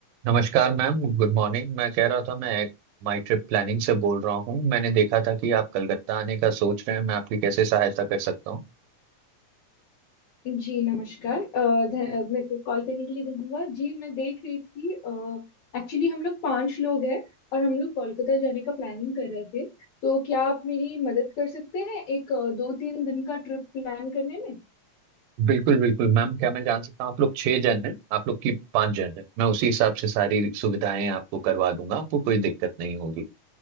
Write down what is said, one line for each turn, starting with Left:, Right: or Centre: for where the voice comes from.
Right: नमस्कार ma'am good morning मैं कह रहा था मैं एक माई ट्रिप प्लानिंग से बोल रहा हूँ मैंने देखा था कि आप कलकत्ता आने का सोच रहे हैं मैं आपकी कैसे सहायता कर सकता हूँ
Left: जी नमस्कार अ, ध- अ, मेरे को कॉल करने के लिए धन्यवाद जी मैं देख रही थी एक्चुअली हम लोग पांच लोग हैं और हम लोग कोलकाता जाने का प्लानिंग कर रहे थे तो क्या आप मेरी मदद कर सकते हैं एक अ, दो तीन दिन का ट्रिप प्लान करने में
Right: बिल्कुल बिल्कुल मैम क्या मैं जान सकता हूँ आप लोग छह जन हैं आप लोग की पांच जन हैं मैं उसी हिसाब से सारी सुविधाएं आपको करवा दूंगा आपको कोई दिक्कत नहीं होगी